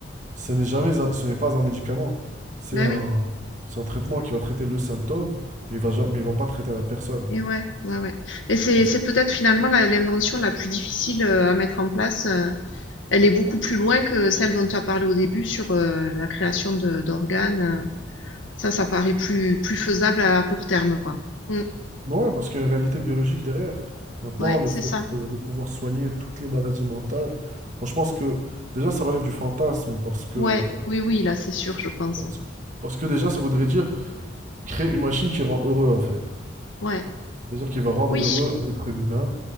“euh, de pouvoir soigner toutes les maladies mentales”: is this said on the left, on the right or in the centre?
Right